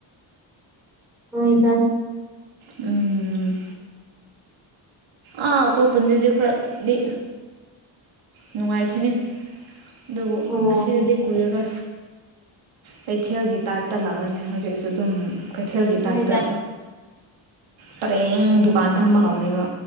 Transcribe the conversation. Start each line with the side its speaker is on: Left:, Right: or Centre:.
Centre: ꯍꯣꯏꯗ
Right: ꯎꯝ ꯑꯥ ꯑꯩꯈꯣꯏ ꯈꯨꯟꯗꯨꯗꯤ ꯈꯔꯗꯤ ꯅꯨꯡꯉꯥꯏꯈꯤꯅꯤ ꯑꯗꯨꯕꯨ
Centre: ꯑꯣ
Right: ꯑꯁꯤꯗꯗꯤ ꯀꯨꯏꯔꯒ ꯀꯩꯊꯦꯜꯒꯤ ꯇꯥꯏꯞꯇ ꯂꯥꯛꯑꯅꯤ ꯍꯧꯖꯤꯛꯁꯨ ꯑꯗꯨꯝ ꯀꯩꯊꯦꯜꯒꯤ
Centre: ꯍꯣꯏꯗ
Right: ꯇꯥꯏꯞꯇ ꯄꯔꯦꯡ ꯗꯨꯀꯥꯟ ꯐꯝꯕ ꯍꯧꯔꯤꯕ